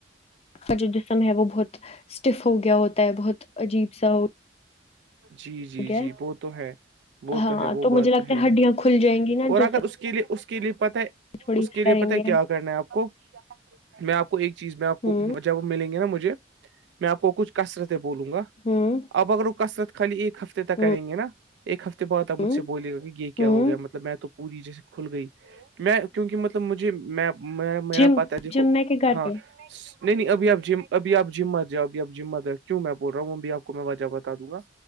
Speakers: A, on the left; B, on the right.
A: کا جو جسم ہے وہ بہت اسٹیف ہو گیا ہوتا ہے بہت عجیب سا
B: جی جی
A: گیا
B: جی
A: ہے
B: وہ تو ہے وہ
A: ہاں
B: تو ہے وہ بات
A: مجھے لگتا
B: تو ہے ہی
A: ہڈیاں کھل جائیں گی نا
B: اور
A: جیسے
B: اگر اس کے لیے اس کے لیے پت ہے
A: تھوڑی
B: اس کے لیے
A: کریں
B: پت ہے
A: گے
B: کیا کرنا ہے آپ کو میں آپ کو ایک چیز میں آپ کو
A: ہوں
B: جب ملیں گے نا مجھے میں آپ کو کچھ کثرت بولوں گا
A: ہوں
B: اب اگر وہ کثرت خالی ایک ہفتے تک
A: ہوں
B: کریں گے نا ایک ہفتے بات آپ مجھ
A: ہوں
B: سے بول گا کہ یہ کیا
A: ہوں
B: ہو گیا مطلب میں تو پوری جیسے کھل گئی میں کیونکہ مطلب مجھے میں میرا
A: جم
B: پتا دیکھو
A: جم میں کہ گھر
B: ہاں
A: پہ
B: نہیں نہیں ابھی آپ اب آپ جذمت جا اب آپ جمت جیں کیوں میں بول رہا ہوں ابھی آ کو میں وجہ بتا دوں گا